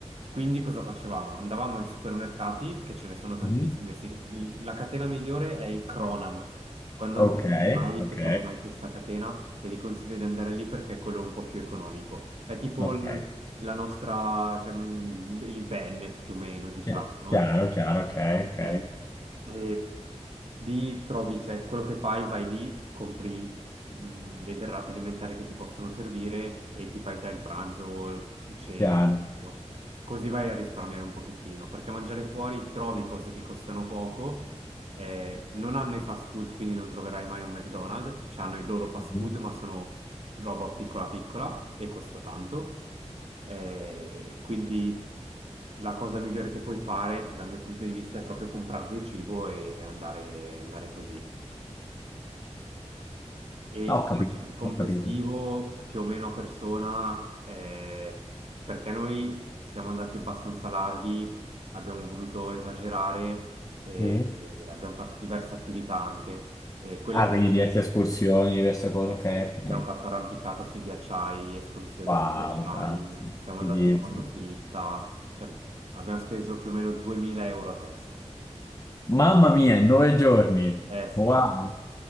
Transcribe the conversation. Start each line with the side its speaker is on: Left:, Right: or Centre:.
Right: Quindi cosa facevamo? Andavamo ai supermercati, che ce ne sono tantissime,
Left: Mhm.
Right: si- la catena migliore è il Cronan. Quando andrai
Left: Ok,
Right: vedrai che
Left: ok,
Right: troverai questa catena e ti consiglio di andare lì perché è quello un po' più economico. È tipo
Left: ok.
Right: il- la nostra, cioè, mm, il Bennett più o meno, diciamo,
Left: Chi-
Right: no?
Left: Chiaro, chiaro, ok,
Right: Ok.
Left: ok.
Right: E lì trovi, cioè, quello che fai, vai lì, compri mh, le derrate alimentari che ti possono servire e ti fai te il pranzo, il- cena
Left: Chiaro.
Right: e tutto. Così vai a risparmiare un pochettino, perché mangiare fuori trovi cose che costano poco, eh, non hanno i fast food, quindi non troverai mai un McDonald's, hanno i loro fast
Left: Mhm.
Right: food, ma sono roba piccola piccola e costa tanto. Eh, quindi la cosa migliore che puoi fare, dal mio punto di vista, è proprio comprarti il cibo e andare, andare così. E
Left: Ah,
Right: il
Left: Ho capito,
Right: budget complessivo
Left: ho capito.
Right: più o meno a persona, eh, perché noi siamo andati abbastanza larghi, abbiamo voluto esagerare e,
Left: Sì.
Right: e abbiamo fatto diverse attività anche. E quelle
Left: Ah, quindi diverse escursioni, diverse cose,
Right: Eh
Left: ok.
Right: sì, abbiamo
Left: ok.
Right: fatto arrampicata sui ghiacciai, escursioni
Left: Wow,
Right: sui ghiacciai,
Left: cazzo.
Right: siamo
Left: Fighissimo.
Right: andati in motoslitta, cioè abbiamo speso più o meno 2000 euro a testa.
Left: Mamma mia, nove giorni.
Right: Eh sì,
Left: Wow.